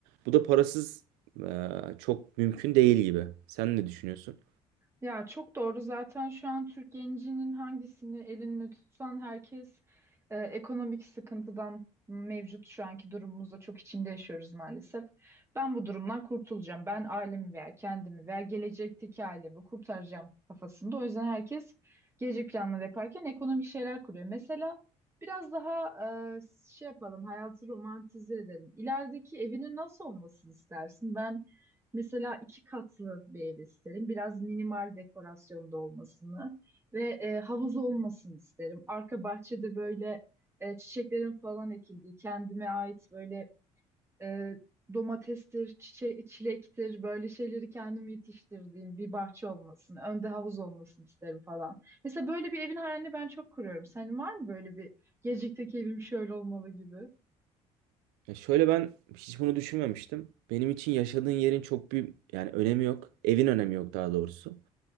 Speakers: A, on the right; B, on the right.
A: Bu da parasız e, çok mümkün değil gibi. Sen ne düşünüyorsun?
B: Ya çok doğru. Zaten şu an Türk gencinin hangisini elinle tutsan herkes e, ekonomik sıkıntıdan mevcut şu anki durumumuzda çok içinde yaşıyoruz maalesef. Ben bu durumdan kurtulacağım. Ben ailemi veya kendimi veya gelecekteki ailemi kurtaracağım kafasında. O yüzden herkes gelecek planları yaparken ekonomik şeyler kuruyor. Mesela biraz daha e, şey yapalım, hayatı romantize edelim. İlerideki evinin nasıl olmasını istersin? Ben Mesela iki katlı bir ev isterim. Biraz minimal dekorasyonda olmasını ve e, havuz olmasını isterim. Arka bahçede böyle e, çiçeklerin falan ekildiği, kendime ait böyle e, domatestir, çiçe çilektir, böyle şeyleri kendim yetiştirdiğim bir bahçe olmasını, önde havuz olmasını isterim falan. Mesela böyle bir evin hayalini ben çok kuruyorum. Senin var mı böyle bir gelecekteki evim şöyle olmalı gibi?
A: Ya şöyle ben hiç bunu düşünmemiştim. Benim için yaşadığın yerin çok bir yani önemi yok. Evin önemi yok daha doğrusu.